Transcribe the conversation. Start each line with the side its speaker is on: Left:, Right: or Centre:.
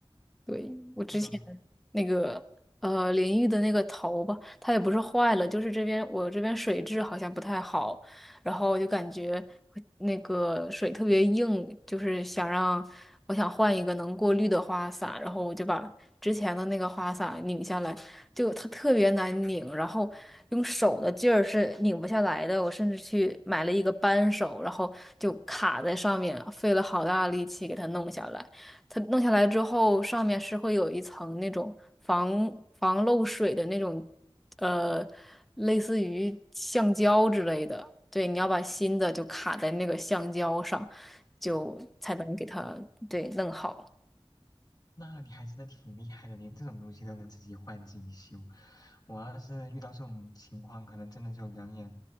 Centre: 对，我之前
Left: 嗯。
Centre: 那个呃淋浴的那个头吧，它也不是坏了，就是这边我这边水质好像不太好，然后我就感觉会那个水特别硬，就是想让我想换一个能过滤的花洒，然后我就把之前的那个花洒拧下来，就它特别难拧，然后用手的劲儿是拧不下来的，我甚至去买了一个扳手，然后就卡在上面，费了好大力气给它弄下来。它弄下来之后，上面是会有一层那种防防漏水的那种，呃，类似于橡胶之类的。对，你要把新的就卡在那个橡胶上，就才能给它对弄好。
Left: 那你还真的挺厉害的，连这种东西都能自己换自己修。我要是遇到这种情况，可能真的就两眼